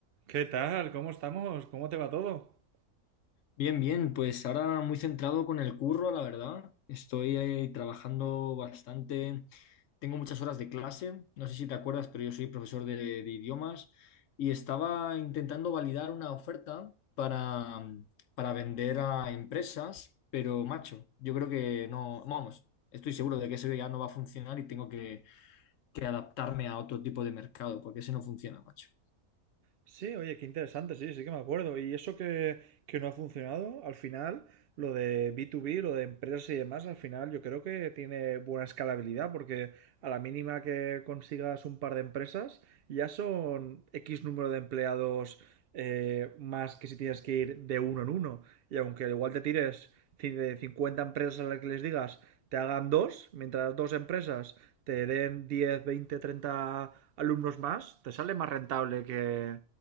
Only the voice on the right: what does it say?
¿Qué tal? ¿Cómo estamos? ¿Cómo te va todo?
Sí, oye, qué interesante, sí, sí que me acuerdo. Y eso que, que no ha funcionado, al final, lo de B2B, lo de empresas y demás, al final yo creo que tiene buena escalabilidad, porque a la mínima que consigas un par de empresas, ya son X número de empleados eh, más que si tienes que ir de uno en uno. Y aunque igual te tires ci- de 50 empresas a las que les digas, te hagan dos, mientras las dos empresas te den 10, 20, 30 alumnos más, te sale más rentable que